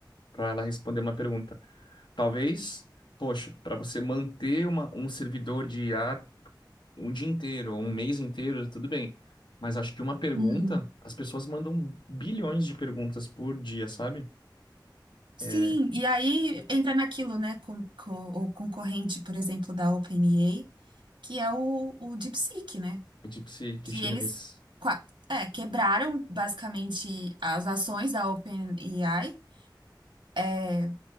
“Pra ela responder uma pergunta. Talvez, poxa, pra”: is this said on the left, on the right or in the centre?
Left